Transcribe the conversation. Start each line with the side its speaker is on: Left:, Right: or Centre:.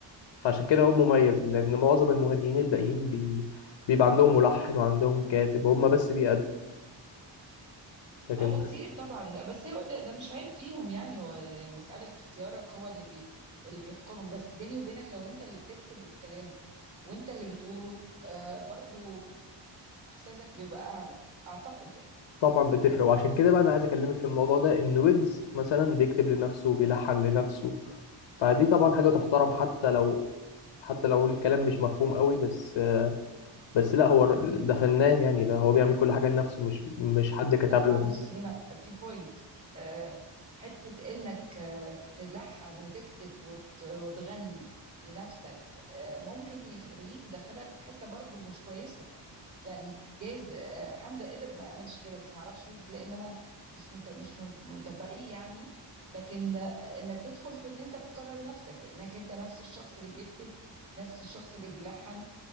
Left: فعشان كده هو مميز لأن معظم المغنيين الباقيين بي... بيبقى عندهم ملحن وعندهم كاتب هما بس بيأدوا لكن
Right: اه وكتير طبعا بس هو ده, ده مش عيب فيهم يعني هو مسألة اختيارك هو اللي بي اللي بيحكمك بس بيني وبينك لو انت اللي بتكتب الكلام وانت اللي بتقوله آه برضو احساسك بيبقى اعلى اعتقد يعني
Left: طبعا بتفرق وعشان كده بقى أنا عايز أكلمك في الموضوع ده إن ويجز مثلا بيكتب لنفسه وبيلحن لنفسه فدي طبعا حاجة تحترم حتى لو حتى لو الكلام مش مفهوم قوي بس آه، بس لا هو ر- ده فنان يعني ده هو بيعمل كل حاجة لنفسه مش مش حد كتب
Right: لا معلش
Left: له
Right: هنا في بوينت آه حتة انك آه تلحن وتكتب وت وتغني لنفسك آه ممكن يخليك يدخلك في حتة برضو مش كويسة يعني جايز آه حمزة قدر ما يعملش كده بس ما اعرفش ويجز لان انا مش مت... مش مت- متابعيه يعني لكن آه، انك تدخل في ان انت بتكرر نفسك لانك انت نفس الشخص اللي بيكتب نفس الشخص اللي بيلحن